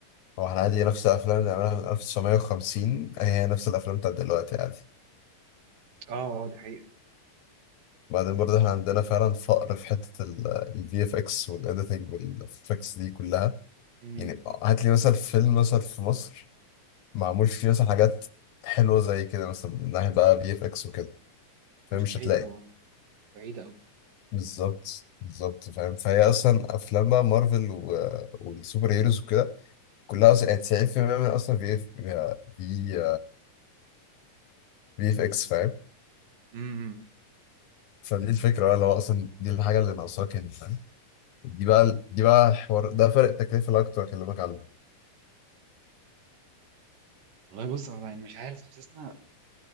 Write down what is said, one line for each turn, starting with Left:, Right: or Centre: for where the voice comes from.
Left: هو احنا عادي نفس الافلام اللي عملها من 1950 هي نفس الافلام بتاعت دلوقتي عادي
Right: آه آه دي حقيقة
Left: وبعدين برضه احنا عندنا فعلا فقر في حتة الفي اف اكس والاديتنج والافكس دي كلها
Right: امم
Left: يعني هات لي مثلا فيلم مثلا في مصر معمول فيه مثلا حاجات حلوة زي كده مثلا من ناحية بقى بي اف اكس وكده فمش
Right: مستحيل
Left: هتلاقي
Right: طبعا بعيدة أوي
Left: بالظبط بالظبط فاهم فهي اصلا افلام بقى مارفل و... والسوبر هيروز وكده كلها اصلا يعني 90% منها اصلا بي اف بي بي اف اكس فاهم
Right: امم
Left: فدي الفكرة بقى اللي هو اصلا دي الحاجة اللي ناقصاك هنا فاهم دي بقى دي بقى الحوار ده فرق التكلفة اللي أنا كنت بكلمك عنه
Right: والله بص أنا يعني مش عارف حاسسنا